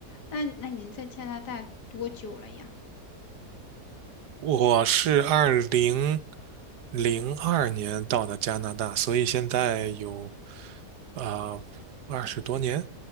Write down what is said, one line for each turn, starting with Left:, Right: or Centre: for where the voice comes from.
Left: 那那您在加拿大多久了呀？
Right: 我是二零零二年到的加拿大，所以现在有啊二十多年。